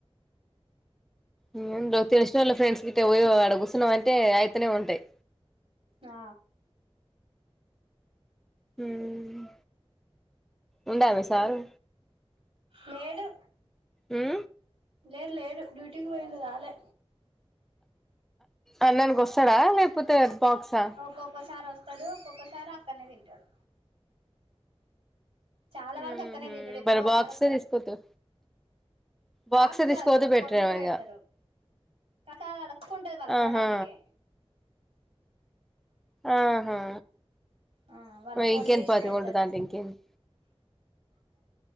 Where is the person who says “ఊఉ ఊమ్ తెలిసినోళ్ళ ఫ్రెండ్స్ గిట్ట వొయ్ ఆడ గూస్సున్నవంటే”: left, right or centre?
Centre